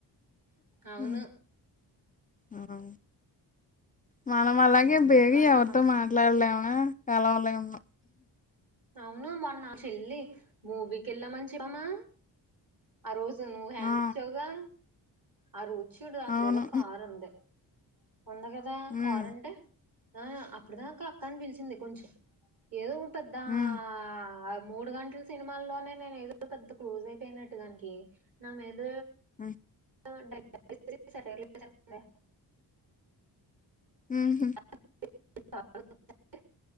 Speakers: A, on the right; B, on the left.
A: అవును
B: ఉమ్, ఆ మనం అలాగే
A: మామూలుగా
B: బేగి
A: కాదమ్మా
B: ఎవరితో మాట్ వెల వెళ్ళవ కాలం ఉళవ ఉనం
A: అవును మన్ చెల్లి మూవీకి వెళ్ళామని చెప్పమా ఆ రోజు నువ్వు హ్యాండ్
B: ఆ
A: ఇచ్చావుగా ఆ రోజు చూడు అక్కడ
B: అవును
A: ఏదో కార్ ఉంది ఉంది కదా
B: హ్మ్
A: కార్ అంటే ఆ అప్పుడుదాక అక్క అని పిలిచింది కొంచెం ఏదో పెద్ద
B: హ్మ్
A: మా ఆ మూడు గంటలు సినిమాల్లోనే నేను ఏదో పెద్ద క్లోజ్ అయిపోయినట్టు దానికి నా మీద
B: ఆ
A: ఓ డైలాగ్స్ వేసి సెటిర్ లు వేసేస్తుంది
B: ఉహు
A: <unintelligible>